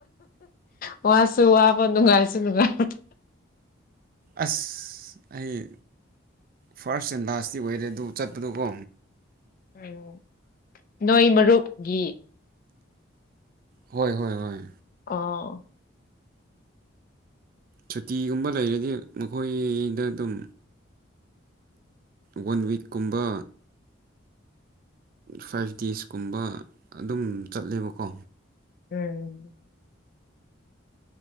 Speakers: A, on the left; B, on the right.
A: ꯃꯣꯏ ꯆꯕꯣ ꯅꯨꯡꯉꯥꯏꯁꯨ ꯅꯨꯡꯉꯥꯏ
B: ꯑꯁ ꯑꯩ ꯐꯥꯔꯁ ꯑꯦꯟ ꯂꯥꯁꯇꯤ ꯑꯣꯏꯔꯦ ꯑꯗꯨ ꯆꯠꯄꯗꯨꯀꯣ
A: ꯎꯝ ꯅꯣꯏ ꯃꯔꯨꯞꯀꯤ
B: ꯍꯣꯏ ꯍꯣꯏ ꯍꯣꯏ
A: ꯑ
B: ꯁꯨꯇꯤꯒꯨꯝꯕ ꯂꯩꯔꯗꯤ ꯃꯈꯣꯏꯗ ꯑꯗꯨꯝ ꯋꯥꯟ ꯋꯤꯛꯀꯨꯝꯕ ꯐꯥꯏꯚ ꯗꯦꯖꯀꯨꯝꯕ ꯑꯗꯨꯝ ꯆꯠꯂꯦꯕꯀꯣ
A: ꯎꯝ